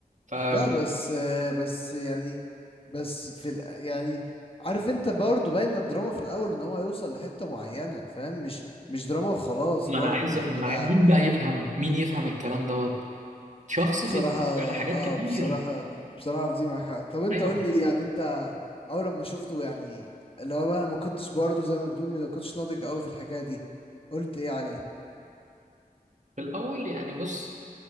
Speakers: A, on the right (about 55°); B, on the left (about 40°).
A: ف ما
B: لا بس آه، بس يعني بس في ال... يعني عارف انت برضه باين الدراما في الاول ان هو هيوصل لحتة معينة فاهم مش مش دراما وخلاص
A: أنا
B: برضه
A: عايز
B: يعني
A: ما أنا
B: انا
A: عايز... مين بقى يفهم مين يفهم الكلام دوت شخص بيتفرج
B: بصراحة
A: على حاجات
B: اه
A: كتير
B: بصراحة بصراحة في دي معاك حق طب انت
A: ايوه
B: قول لي يعني انت اول لما شفته يعني اللي هو بقى أنا ما كنتش برضه زي ما بتقول ما كنتش ناضج قوي في الحكاية دي قلت ايه عليه
A: في الاول يعني بص